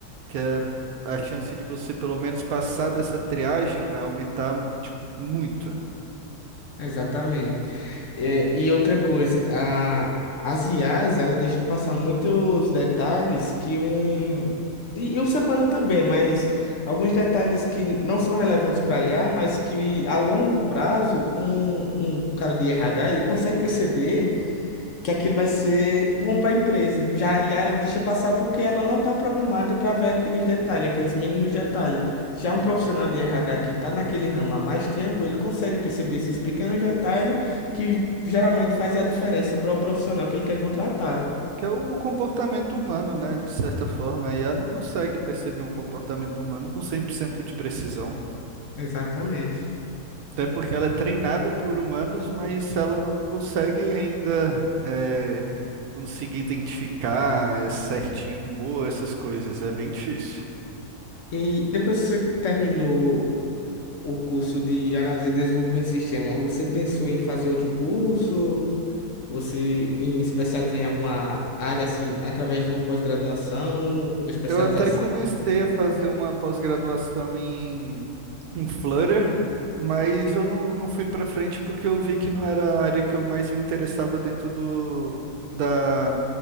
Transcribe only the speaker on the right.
que é a chance de você pelo menos passar dessa triagem vai aumentar tipo, muito.
Sim.
Que é o comportamento humano, né? De certa forma, a IA não consegue perceber um comportamento humano com 100% de precisão.
Até porque ela é treinada por humanos, mas ela não consegue ainda é, conseguir identificar é, certinho humor, essas coisas. É bem difícil.
Eu até comecei a fazer uma pós-graduação em, em Flutter, mas eu não, não fui para frente porque eu vi que não era a área que eu mais me interessava dentro do, da